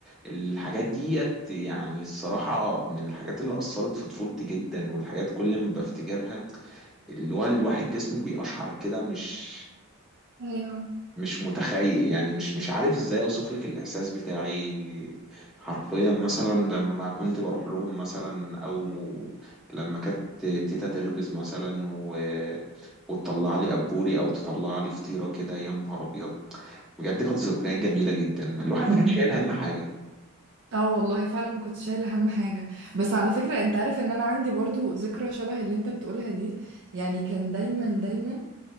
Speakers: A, in the centre; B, on the right.
A: الحاجات ديت يعني الصراحة من الحاجات اللي أثرت في طفولتي جدا والحاجات كل ما بفتكرها اللي هو الواحد جسمه بيقشعر كده مش
B: ايوه
A: مش متخيل يعني مش مش عارف ازاي اوصف لك الاحساس بتاعي حرفيا مثلا لما كنت بروح لهم مثلا او لما كانت تيتا تخبز مثلا و... وتطلع لي ابوري او تطلع لي فطيره كده يا نهار ابيض بجد كانت ذكريات جميله جدا الواحد
B: مم.
A: ما كانش شايل هم حاجه
B: اه والله فعلا ما كنتش شايله هم حاجه بس على فكره انت عارف ان انا عندي برضو ذكرى شبه اللي انت بتقولها دي يعني كان دايما دايما